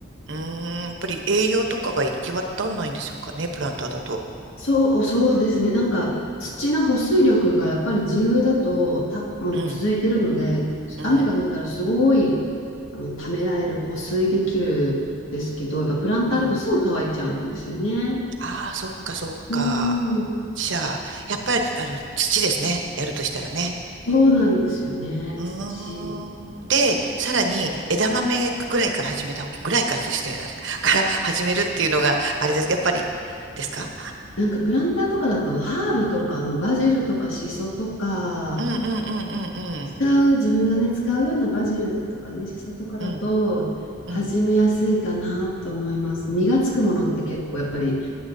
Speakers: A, on the right; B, on the left.
A: うーん。やっぱり栄養とかが行き渡んないんでしょうかね、プランターだと。
B: そう、そうですね。なんか土の保水力がやっぱり地植えだとた、もう続いてるので、
A: うん。うん。
B: 雨が降ったらすごい、あの、ためられる、保水できるんですけど、やっぱプランターだとすぐ乾いちゃうんですよね。
A: うん。ああ、そっか、そっか。
B: うーん、
A: じゃあ、やっぱり、あの、土ですね。やるとしたらね。
B: そうなんですよね。
A: うーん。
B: 土。
A: で、さらに枝豆ぐらいから始めた方、ぐらいからとしてないか、<laughs> から始めるっていうのが、あれです。やっぱり、ですか
B: なんかプランターとかだとハーブとか、
A: うん。
B: あの、バジルとかシソとか、
A: うんうんうんうん
B: 使う、自分がね、使うようなバジルとかね、シソとかだと、
A: うん。
B: 始めやすいかなと思います。
A: うんうん。
B: 実がつくものって結構やっぱり